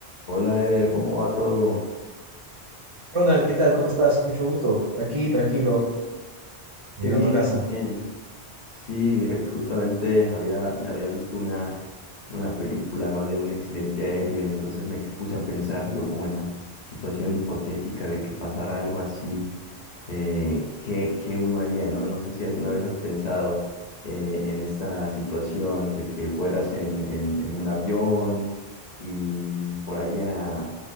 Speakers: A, on the left (about 50°); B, on the right (about 60°).
A: Hola Eder, ¿cómo va todo?
B: Ronald, ¿qué tal? ¿Cómo estás? Mucho gusto. Aquí, tranquilo, llegando
A: Qué bien,
B: a casa.
A: qué bien. Sí, mira que justamente había, me había visto una, una película, ¿no? De un accidente aéreo y entonces me puse a pensar yo como en la situación hipotética de que pasara algo así, eh, ¿qué, qué uno haría, ¿no? No sé si alguna vez has pensado eh, en esta situación de que fueras en, en, en un avión y por ahí a,